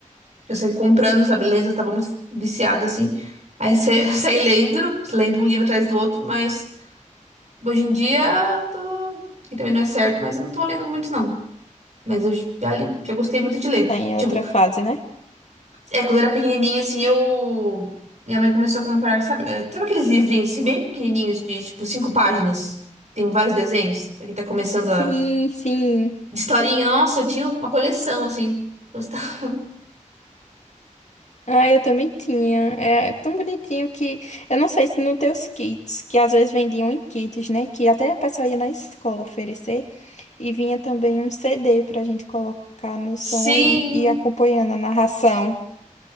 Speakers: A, on the right; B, on the left.
A: que eu saí comprando, sabe, lendo, eu tava muito viciada, assim. Aí você <laughs> saí lendo, lendo um livro atrás do outro, mas. Hoje em dia, eu tô... que também não é certo, mas eu não tô lendo muito, não. Mas eu já, li- já gostei muito de ler.
B: Tá em
A: Tipo,
B: outra fase, né?
A: é, quando eu era pequenininha, assim, eu... Minha mãe começou a comprar, sabe? é, sabe aqueles livrinhos, assim, bem pequenininhos, de, tipo, cinco páginas? Tem vários desenhos. Pra quem tá começando
B: Sim,
A: a...
B: sim.
A: De historinha. Nossa, eu tinha uma coleção, assim. Gostava.
B: Ah, eu também tinha. É é tão bonitinho que. Eu não sei se no teus kits, que às vezes vendiam em kits, né? Que até a pessoa ia na escola oferecer. E vinha também um CD pra gente colocar no som
A: Sim!
B: e e ir acompanhando a narração.